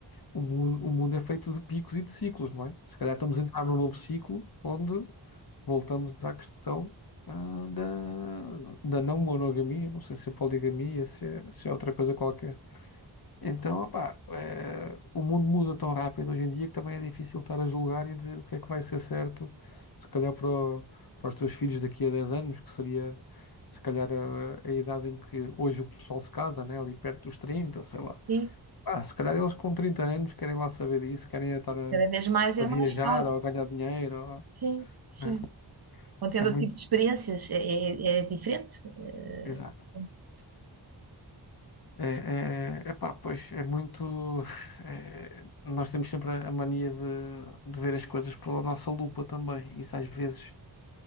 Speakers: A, on the left; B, on the right.
A: o mundo, o mundo é feito de picos e de ciclos, não é? Se calhar estamos a entrar num novo ciclo onde voltamos à questão. ah, Da, da não monogamia, não sei se é poligamia, se é, se é outra coisa qualquer. Então, opá, eh, o mundo muda tão rápido hoje em dia que também é difícil estar a julgar e dizer o que é que vai ser certo, se calhar para, o- para os teus filhos daqui a 10 anos, que seria se calhar a, a idade em que hoje o pessoal se casa, né? Ali perto dos 30, sei lá.
B: sim,
A: Ah, se calhar eles com 30 anos querem lá saber disso, querem estar a,
B: cada vez mais é
A: a viajar
B: mais tarde,
A: ou a ganhar dinheiro, ou-
B: sim, sim.
A: né?
B: Vão tendo
A: É muito.
B: outro tipo de experiências, é, é- é diferente. eh,
A: Exato.
B: diferente.
A: É, é, é, epá, pois é muito. é, nós temos sempre a a mania de, de ver as coisas pela nossa lupa também. Isso às vezes